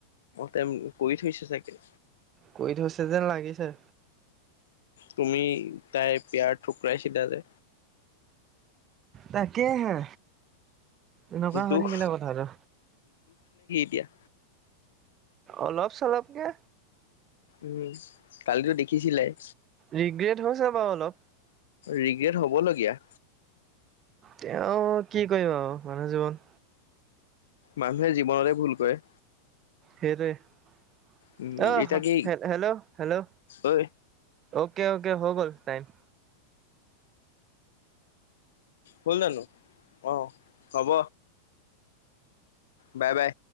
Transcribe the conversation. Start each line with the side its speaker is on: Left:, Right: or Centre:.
Left: তাই কৰি থৈছে চাগে।
Right: কৰি থৈছে যেন লাগিছে।
Left: তুমি তাই পিয়াৰ ঠুকৰাইছিলা যে।
Right: তাকে হে এনেকুৱা হয়
Left: দুখ
Right: থাকিলে কথাটো।
Left: <unintelligible> য়া
Right: অলপ চলপকে
Left: উম। কালিতো দেখিছিলাই
Right: ৰিগ্ৰেট হৈছে বাৰু অলপ
Left: ৰিগ্ৰেট হ'ব। <unintelligible> বলগীয়া
Right: তেওঁ কি কৰিবা আৰু মানুহ জীৱন।
Left: মানুহে জীৱনতে ভুল কৰে।
Right: সেইটোৱে
Left: উম
Right: অ'
Left: এতিয়া কি
Right: হেল্ল' হেল্ল'।
Left: ঐ
Right: অকে অকে হৈ গল টাইম।
Left: হ'ল জানো অ' হ'ব। Bye bye.